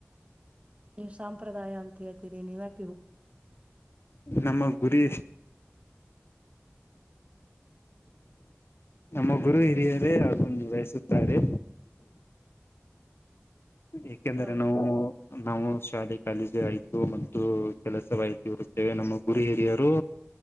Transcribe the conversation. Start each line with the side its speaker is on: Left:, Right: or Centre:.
Right: ನೀವು ಸಾಂಪ್ರದಾಯ ಅಂತ ಹೇಳಿ ನೀಿ ಮಾಡ
Left: ನಮ್ಮ ಗುರಿ ನಮ್ಮ ಗುರು ಹಿರಿಯರೇ ಅದೊಂದು ಬಯಸುತ್ತಾರೆ ಏಕೆಂದ್ರೆ
Right: ಹೌದ
Left: ನಾವು ನಾವು ಶಾಲೆಗೆ ಕಾಲೇಜಿ ಆಾಯ್ತು ಮತ್ತು ಕೆಲಸವಾಯಿತು ಇರುತ್ತೇವೆ ನಮ್ಮ ಗುರಿ ಹಿರಿಯರು